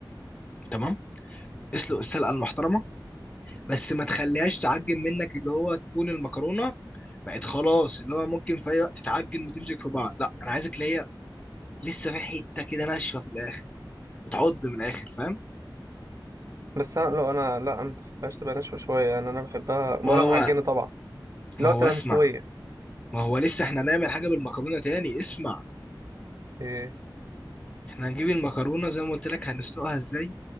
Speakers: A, on the left; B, on the right.
A: تمام اسلق السلقه المحترمه بس ما تخليهاش تعجن منك اللي هو تكون المكرونه بقت خلاص اللي هو ممكن في اي وقت تتعجن وتمسك في بعض لا انا عايزك اللي هي لسه في حته كده ناشفه في الاخر بتعض من الاخر فاهم
B: بس انا لو انا لا انا ما بحبهاش تبقى ناشفة شوية يعني انا بحبها ولا
A: ما هو
B: معجنة طبعا
A: ما
B: لو
A: هو
B: تبقى
A: اسمع
B: مستوية
A: ما هو لسه احنا هنعمل حاجه بالمكرونه تاني اسمع
B: إيه؟
A: احنا هنجيب المكرونه زي ما قلت لك هنسلقها ازاي